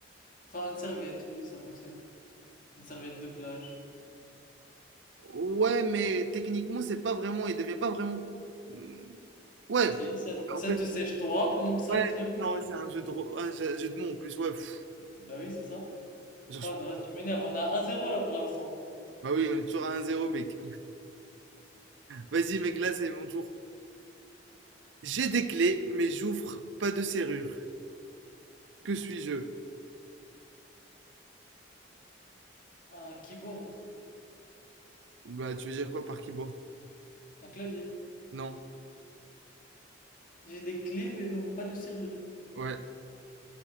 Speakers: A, on the left (about 45°); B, on the right (about 70°).
A: Enfin, une serviette, oui, ça fonctionne. Une serviette de plage.
B: Ouais, mais techniquement, c'est pas vraiment, il devient pas vraiment. Hmm, Ouais,
A: Si, ça,
B: en
A: ça
B: fait,
A: te sèche toi pendant que ça
B: ouais,
A: devient mouillé.
B: non, ouais, c'est un jeu de, ro- un jeu un jeu de mots en plus, ouais. pff.
A: Bah oui, c'est ça.
B: Genre,
A: Oh
B: je-
A: là là, tu m'énerves, on a un zéro là pour l'instant.
B: Bah oui, on est toujours à un zéro, mec. Vas-y, mec, là, c'est mon tour. J'ai des clés, mais j'ouvre pas de serrure. Que suis-je?
A: Un keyboard,
B: Bah, tu veux dire quoi par keyboard?
A: un clavier.
B: Non,
A: J'ai des clés mais je n'ouvre pas de serrure.
B: ouais.